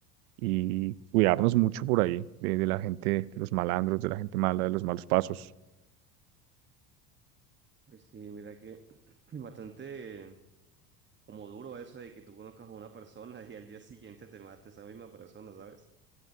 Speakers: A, on the right; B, on the right.
A: y cuidarnos mucho por ahí de, de la gente, de los malandros, de la gente mala, de los malos pasos.
B: Pues Sí, mira que <clears throat> bastante como duro eso de que tú conozcas a una persona y al día siguiente te mate esa misma persona, ¿sabes?